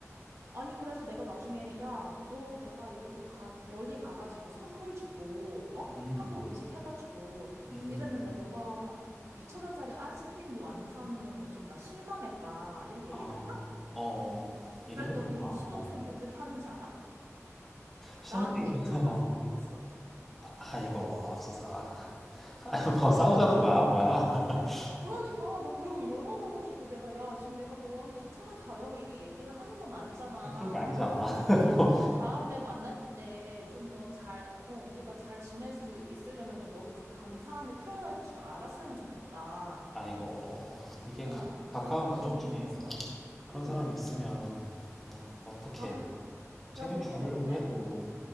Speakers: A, on the right; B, in the centre.
A: 아니, 그래서 내가 나중에, 야, 너 내가 이렇게 가, 멀리 가가지고 선물 주고, 어?
B: 음.
A: 한국 음식 해다 주고
B: 음.
A: 이랬는데, 너가 2천 원짜리 아이스크림도 안 사는 거는 좀 나 실망했다. 이렇게
B: 아.
A: 얘기를
B: 어.
A: 했다?
B: 어. 얘기를
A: 그랬더니,
B: 했구나.
A: 시동생이
B: 어.
A: 어떻게 하는지 알아?
B: 시성생이
A: 나한테 2천
B: <laughs> 어.
A: 원 송금했어.
B: 아, 이거 맙소사. 아, 뭐 싸우자는
A: 야,
B: 거야, 뭐야? <laughs>
A: 그러니까
B: 어,
A: 나 그래가 열받아가지고 내가 야 지금 내가 너한테 2천 원 달라고 이게 얘기를 하는 건 아니잖아.
B: 그런 게 아니잖아. <laughs> 뭐
A: 그러니까 다음에 만날 때 좀 더 잘, 어, 우리가 잘 지낼 수 있으려면은 너도 좀 감사함을 표현할 줄 알았으면 좋겠다.
B: 아이고, 이게
A: 어,
B: 가, 가까운
A: 그렇게
B: 가족
A: 얘기를
B: 중에
A: 했어. 음.
B: 그런 사람이 있으면 어, 어떻게
A: 아,
B: 챙겨주려고
A: 야 너는 어때?
B: 해도